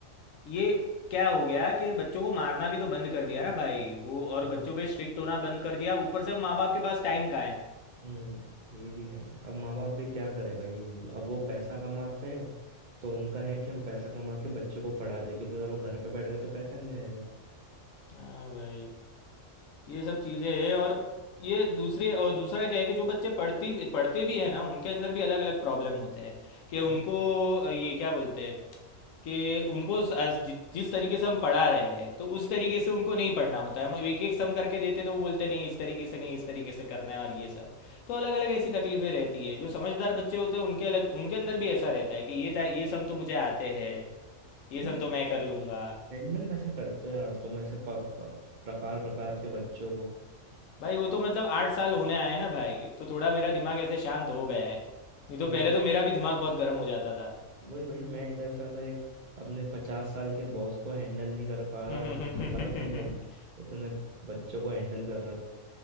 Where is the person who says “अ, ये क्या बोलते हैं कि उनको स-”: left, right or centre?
Left